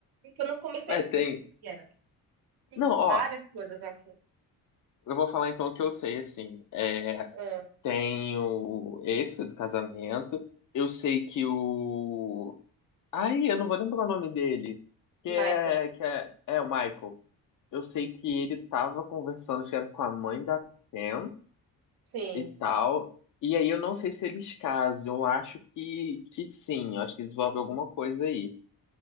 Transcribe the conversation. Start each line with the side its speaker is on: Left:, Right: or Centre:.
Right: que eu não comentei
Left: É,
Right: com
Left: tem.
Right: quem era. Tem
Left: Não, ó,
Right: várias coisas assim.
Left: eu vou falar então o que eu sei, assim. É,
Right: Ah,
Left: tem o... esse do casamento. Eu sei que o. Ai, eu não vou lembrar o nome dele. Que
Right: Michael,
Left: é. Que é... é o Michael. Eu sei que ele tava conversando, acho que era com a mãe da Pam
Right: sim.
Left: e tal. E aí eu não sei se eles casam. Eu acho que, que sim. Eu acho que desenvolve alguma coisa aí.